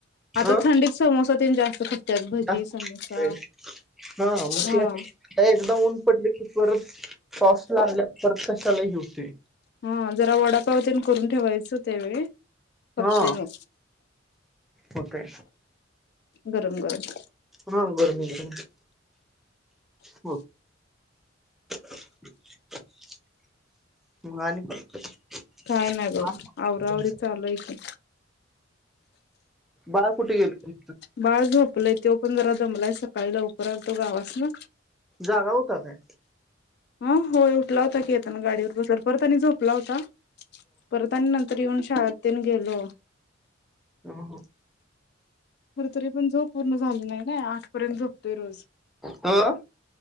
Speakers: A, in the centre; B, on the left.
A: अ
B: आता थंडीत समोसा ते जास्त खपत्यात
A: <inaudible>
B: भजी
A: हा
B: समोसा
A: मग
B: हा
A: एकदा ऊन पडली कि - परत पाऊस लागल्या वर परत कशालाही होती.
B: हा जरा वडापाव त आणि करून ठेवायचं त्यावेळी खपते
A: हा
B: म
A: होतय
B: गरम गरम.
A: बोललेल स्पष्ट ऐकायला येत नाही. हो! <inaudible> <unintelligible>
B: काय नाही बघा आवराआवरी चालूय की
A: बाळ कुठे गेले.
B: बाळ झोपलंय तो पण जरा दमलाय सकाळी लव प तो गावास ना.
A: जागा होता काय
B: ह होय उठला होता की येताना गाडीवर बसला परत आणि झोपला होता परत आणि नंतर. येऊन शाळेतन गेलो.
A: ह-ह
B: खर तरी पण झोप पूर्ण झाली नाही ना आठ पर्यंत झोपतोय रोज.
A: अ